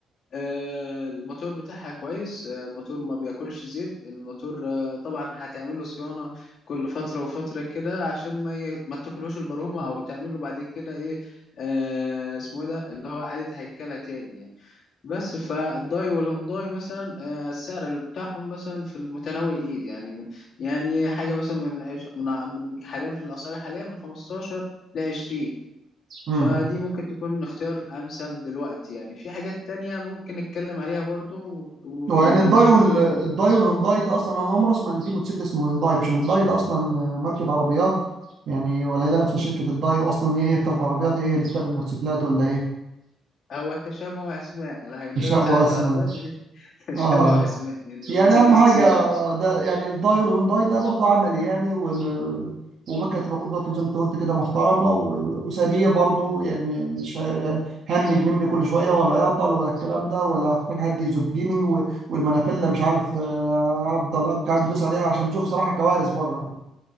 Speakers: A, on the left (about 55°); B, on the right (about 60°).
A: آه، الموتور بتاعها كويس آه، الموتور ما بياكلش زيت الموتور آه، طبعا هتعمل له صيانه كل فتره وفتره كده عشان ما ي... ما تاكلهوش البرومه او تعمل له بعد كده ايه آه، اسمه إيه ده اللي هو اعاده هيكله تاني يعني. بس فالداي والهونداي مثلا آه، السعر بتاعهم مثلا في المتناول الايد يعني يعني حاجه مثلا من عش- من ع- من حاليا في الاسعار حاليا من 15 ل 20
B: امم
A: فدي ممكن تكون اختيار امثل دلوقتي يعني في حاجات تانية ممكن نتكلم عليها برضو و- ويعني
B: هو يعني الداي
A: تشوف
B: وال...
A: ايه
B: الداي
A: رأيك فيها.
B: والهونداي ده أصلا أنا أول مرة أسمع إن في موتوسيكل اسمه هونداي مش هونداي ده أصلا آه، ماركة عربيات يعني ولا هي ده نفس شركة الداي وأصلا هي هي بتاعت العربيات هي هي اللي بتعمل الموتوسيكلات ولا إيه؟
A: هو تشابه اسماء الهيونداي
B: مش أبو
A: بتاعت
B: أسماء
A: العربيات دي <laughs> تشابه
B: آه
A: اسماء لان يعني الموتوسيكل
B: يعني اهم
A: الصيني
B: حاجه
A: بس.
B: ده يعني الداي والهونداي ده برضو عملي يعني وال ومكنة الوقود برضه زي ما انت قلت كده محترمة و- وسريع برضه يعني م- مش هي- يعني هنج مني كل شوية ولا يعطل ولا الكلام ده ولا هحتاج حد يزجني و- والمنافلة مش عارف آه، أفضل أبقى عايز أدوس عليها عشان بشوف صراحة كوارث بره